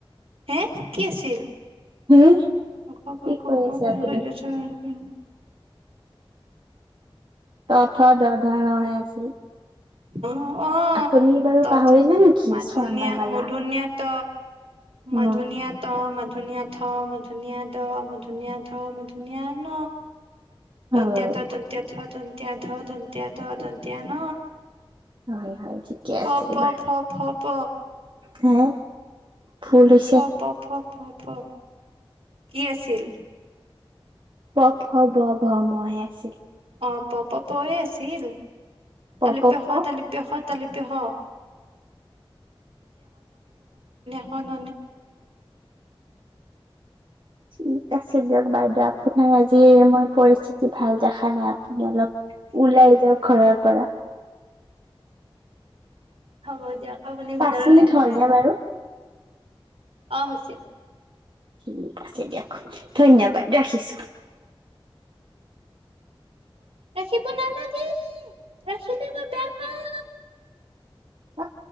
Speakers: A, on the right; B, on the right.
A: হে কি আছিল?
B: হে
A: ক খ
B: কি
A: গ ঘ
B: কৈ
A: উঙ
B: আছে
A: পথম
B: আপুনি
A: চ দ্বিতীয়া ছ <unintelligible> উম
B: ত থ দ ৰ ৰ হৈ আছিল
A: অ অ
B: আপুনি বাৰু
A: ত
B: পাহৰিলে
A: থ
B: নেকি
A: মাধুনীয়া
B: স্বৰ্ণমালা?
A: মধুনীয়া ত
B: উম
A: মাধুনিয়া ত মান মধুনীয়া ঠ মধুনীয়া ড মধুনীয়া ধ মধুনীয়া ণ।
B: হয়
A: দন্তিয়া ত দন্তিয়া থ দন দন্তিয়া ধ দন্তীয়া দ দন্তিয়া ন
B: হয় হয় ঠিকে
A: প
B: আছে
A: প
B: এইবাৰ।
A: ফ ফ প
B: হে ভুল হৈছে
A: প প ফ ফ ফ কি আছিল?
B: প ফ ব ভ ম হে আছিল
A: অ প প পয়ে আছিল
B: প
A: শ
B: প প
A: শত শ স শ ষ ণ
B: ঠিক আছে দিয়ক। বাই দক আপোনাৰ আজি মই পৰিচিত ভাল দেখা নাই আপুনি অলপ ওলাই যাঁ‌ওক ঘৰৰ পৰা
A: হ'ব দিয়ক। আপুনি ভিতৰলে
B: পাঁচ মিনিট
A: সোমাই
B: হ'লনে
A: আহক
B: বাৰু?
A: অ' হৈছে।
B: ঠিক আছে দিয়ক। ধন্যবাদ ৰাখিছো।
A: ৰাখিব নালাগে ৰাখিলে মই বেয়া পাম।
B: হক